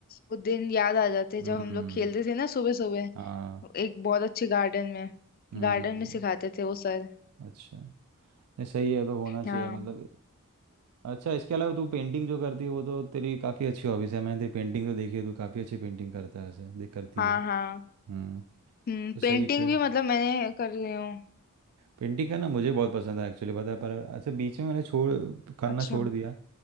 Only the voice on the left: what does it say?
वो दिन याद आ जाते हैं
जब हम लोग खेलते थे ना सुबह सुबह
एक बहुत अच्छे गार्डन में
गार्डन में सिखाते थे वो सर
हाँ
हाँ
हाँ
हम्म
पेंटिंग
भी मतलब मैंने कर रही हूँ
अच्छा